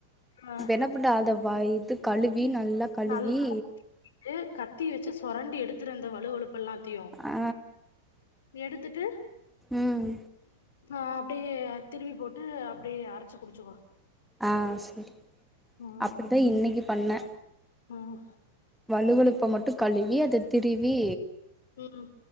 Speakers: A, on the left; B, in the centre.
A: ஆ
B: இப்ப என்ன பண்ட்ட அத வ இது கழுவி நல்லா கழுவி
A: நல்லா கழுவிட்டு கத்திய வச்சு சொரண்டி எடுத்துரு அந்த வழுவழுப்பெல்லா த்தையு
B: ஆ
A: எடுத்துட்டு
B: ம்
A: ஆ அப்டியே திருவி போட்டு அப்டியே அரைச்சு குடிச்சுக்கோ
B: ஆ சேரி
A: ம்
B: அப்பிடிதா இன்னைக்கி பண்ணே
A: ம்
B: வழுவழுப்ப மட்டு கழுவி அத திருவி
A: ம்